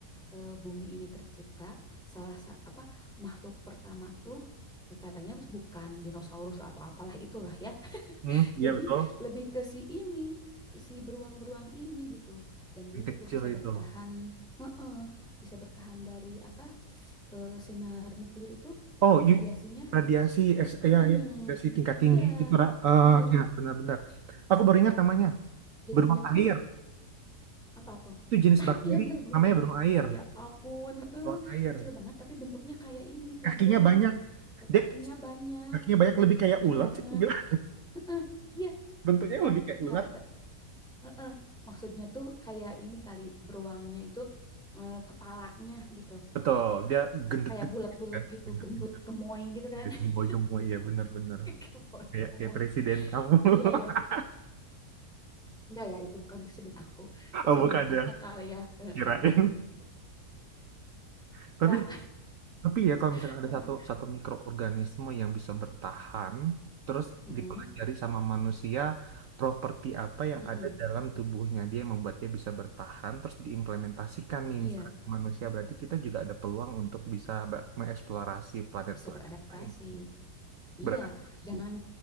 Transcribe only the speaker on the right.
Hmm, iya
betul.
Yang
kecil
itu.
Oh,
you, radiasi S,
ya, ya, radiasi tingkat
tinggi. Itu, Ra. Eh,
ya, benar-benar. Aku baru ingat namanya.
Beruang
air.
Itu jenis
bakteri.
Namanya
beruang air.
Beruang air.
Kakinya
banyak.
Dek,
kakinya
banyak lebih kayak
ulat
sih. aku bilang.
<laughs> Bentuknya
lebih kayak ulat.
Betul, dia gendut-gendut
gitu kan.
Gendut-gendut.
Dia
Gemboy-gemboy, ya benar-benar.
Kayak,
kayak presiden kamu. <laughs>
Oh, bukan
ya,
kirain. <laughs>
Tapi Tapi ya kalau
misalkan
ada satu satu mikroorganisme yang bisa bertahan, terus
dipelajari sama manusia, properti apa yang
ada dalam tubuhnya dia yang membuat dia bisa bertahan, terus diimplementasikan nih
misalkan ke manusia, berarti kita juga ada peluang untuk bisa ba- mengeksplorasi planet-planet
lain, jadi
beradaptasi.